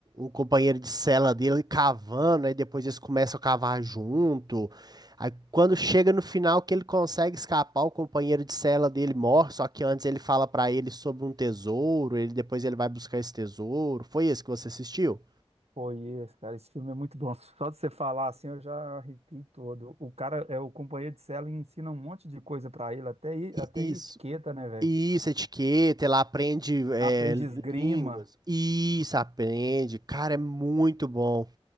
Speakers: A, on the right; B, on the right.
A: um companheiro de cela dele cavando, aí depois eles começam a cavar junto, aí quando chega no final que ele consegue escapar, o companheiro de cela dele morre, só que antes ele fala pra ele sobre um tesouro, ele depois ele vai buscar esse tesouro, foi esse que você assistiu?
B: Foi esse, cara. Esse filme é muito bom. Só de você falar assim, eu já arrepio todo. O cara, é o companheiro de cela, e ensina um monte de coisa pra ele, até, i- até
A: Isso,
B: etiqueta, né, velho?
A: isso, etiqueta, ela aprende é,
B: Aprende esgrima.
A: línguas. Isso, aprende. Cara, é muito bom.